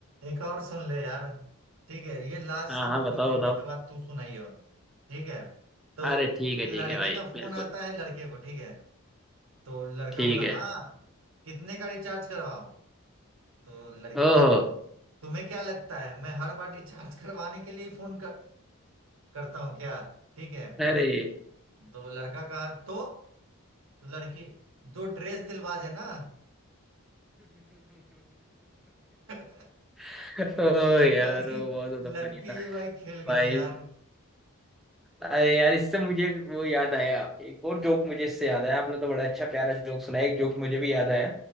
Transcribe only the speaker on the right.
एक और सुन ले यार ठीक है ये लास्ट
मतलब
फिर
उसके बाद तू सुनाइयो ठीक है तो
लड़की
का फोन
आता है लड़के को ठीक है तो लड़का
बोला
हाँ कितने का रिचार्ज करवाओ तो लड़की
कहती तुम्हें क्या लगता है मैं हर बार रिचार्ज करवाने के लिए फोन कर, करता हूँ क्या ठीक है
तो लड़का कहा तो, तो लड़की दो ड्रेस दिलवा देना <laughs>
भाई
लड़की
भी भाई खेल
गई यार